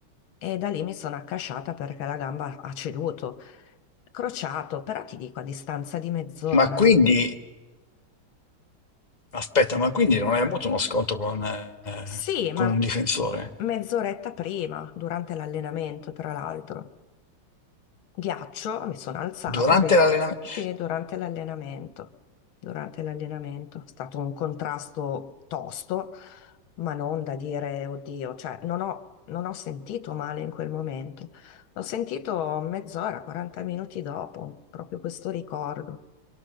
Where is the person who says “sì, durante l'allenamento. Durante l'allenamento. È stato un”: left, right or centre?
Left